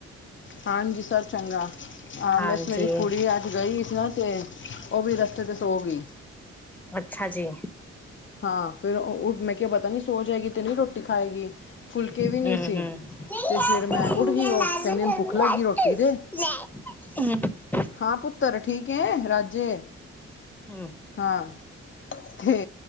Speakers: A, on the left (about 40°); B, in the centre.
A: ਹਾਂਜੀ ਸਭ ਚੰਗਾ ਹਾਂ
B: ਹਾਂਜੀ
A: ਬੈਂ ਮੇਰੀ ਕੁੜੀ ਅੱਜ ਗਈ ਸੀ ਨਾ ਤੇ ਉਹ ਵੀ ਰਸਤੇ ਤੇ ਸੋ ਗਈ।
B: ਅੱਛਾ ਜੀ
A: ਹਾਂ ਫਿਰ ਮੈਂ ਕਿਹਾ ਪਤਾ ਨੀ ਸੋ ਜਾਏਗੀ ਤੇ ਨਹੀਂ ਰੋਟੀ ਖਾਏਗੀ।
B: ਹੂੰ-
A: ਫੁਲਕੇ ਵੀ ਨਹੀਂ ਸੀ
B: ਹੂੰ
A: ਤੇ ਫਿਰ ਮੈਂ ਉੱਠ ਗਈ ਉਹ
B: <inaudible>
A: ਕਹਿੰਦੀ ਨੂੰ ਭੁੱਖ ਲੱਗੀ ਰੋਟੀ ਦੇ
B: ਹੂੰ
A: ਹਾਂ ਪੁੱਤ ਪੁੱਤਰ ਠੀਕ ਹੈ ਰਾਜੇ
B: ਹੂੰ।
A: ਹਾਂ ਤੇ